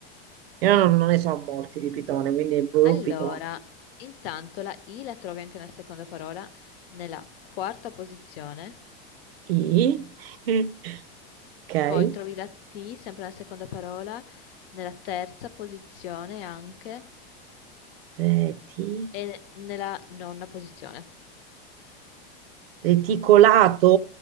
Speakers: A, on the right; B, on the left.
A: Io non, non ne so molti di Pitone, quindi boh,
B: Allora,
A: Pitone.
B: intanto la I la trovi anche nella seconda parola, nella quarta posizione,
A: I. <laughs> Ok.
B: poi trovi la T sempre nella seconda parola, nella terza posizione anche
A: Reti.
B: e nella nona posizione.
A: Reticolato?